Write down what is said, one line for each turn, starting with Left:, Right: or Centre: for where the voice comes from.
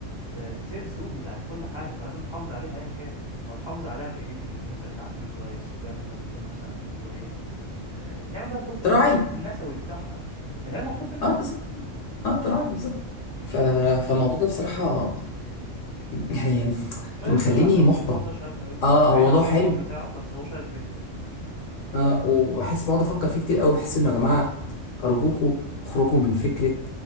Right: آه السيف زون بتاعت كل حاجه فلازم تحافظ عليها ايا كان وتحافظ عليها بايه من مثلا انت عامليه كويس زي ما انت بتقول مثلا اللي هو ايه آه تعمل بقى الجزء
Left: تراعي
Right: النسوي بتاعها اللي هي مطلوب منها
Left: اه بالظبط اه تراعي بالظبط
Right: مم.
Left: ف... فالموضوع ده بصراحه يعني
Right: شيق
Left: مخليني
Right: قوي على فكره
Left: محبط
Right: الموضوع ده شيق قوي
Left: اه
Right: بعيد
Left: هو موضوع
Right: عن الاحباط
Left: حلو
Right: بتاعه بس هو شيق جدا
Left: اه وبحس بقعد افكر فيه كتير قوي بحس انه يا جماعه ارجوكوا اخرجوا من فكره